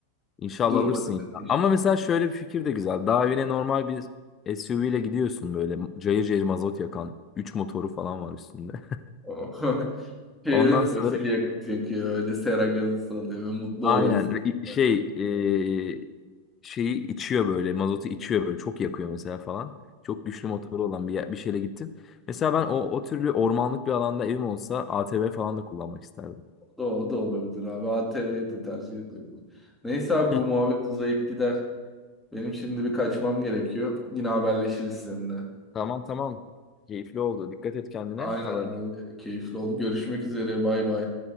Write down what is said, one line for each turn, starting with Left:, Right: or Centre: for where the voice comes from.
Left: İnşallah
Centre: Duruma
Left: alırsın
Centre: göre
Left: ya.
Centre: değişiyor.
Left: Ama mesela şöyle bir fikir de güzel. Daha evine normal bir SUV ile gidiyorsun böyle. Cayır cayır mazot yakan. üç motoru falan var üstünde. <laughs>
Centre: <laughs> Şeyden
Left: Ondan sonra
Centre: fosil yakıt yakıyor. Öyle sera gazı salıyor ve mutlu
Left: aynen
Centre: oluyorsun.
Left: i-
Centre: Böyle.
Left: şey e, şeyi içiyor böyle. Mazotu içiyor böyle. Çok yakıyor mesela falan. Çok güçlü motoru olan bir, yer- bir şeyle gittim. Mesela ben o, o türlü ormanlık bir alanda evim olsa ATV falan da kullanmak isterdim.
Centre: O da olabilir abi. ATV'yi de tercih edebilirim. Neyse abi
Left: <laughs>
Centre: bu muhabbet uzayıp gider. Benim şimdi bir kaçmam gerekiyor. Yine haberleşiriz seninle.
Left: Tamam tamam. Keyifli oldu. Dikkat et kendine.
Centre: Aynen
Left: Haber
Centre: abi. Keyifli oldu. Görüşmek üzere. Bay bay.